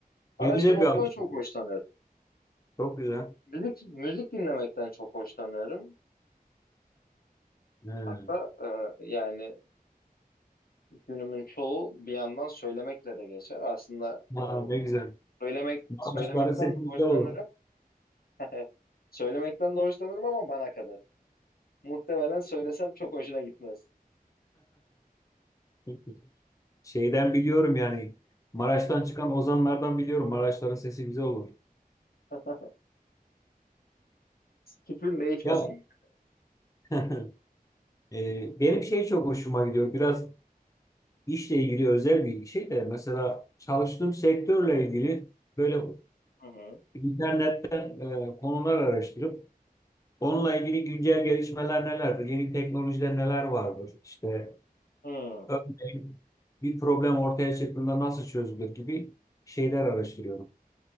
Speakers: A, on the left (about 75°); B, on the left (about 20°).
A: Araştırmaktan
B: Ne güzel bir alışkanlık.
A: çok hoşlanıyorum.
B: Çok güzel.
A: Müzik, müzik dinlemekten çok hoşlanıyorum.
B: Evet.
A: Hatta e, yani günümün çoğu bir yandan söylemekle de geçer. Aslında
B: Ha,
A: e,
B: ne güzel.
A: söylemek
B: Maçları
A: söylemekten
B: sesi
A: de
B: güzel
A: hoşlanırım.
B: olur.
A: <laughs> Söylemekten de hoşlanırım ama bana kadar. Muhtemelen söylesem çok hoşuna gitmez.
B: <laughs> Şeyden biliyorum yani Maraş'tan çıkan ozanlardan biliyorum. Maraşların sesi güzel olur.
A: <laughs> Fikrim değişmesin.
B: Ya <laughs> e, benim şey çok hoşuma gidiyor. Biraz işle ilgili özel bir şey de mesela çalıştığım sektörle ilgili böyle
A: Hı hı.
B: internetten e, konular araştırıp onunla ilgili güncel gelişmeler nelerdir? Yeni teknolojiler neler vardır? İşte
A: Hı,
B: örneğin bir problem ortaya çıktığında nasıl çözülür gibi şeyler araştırıyorum.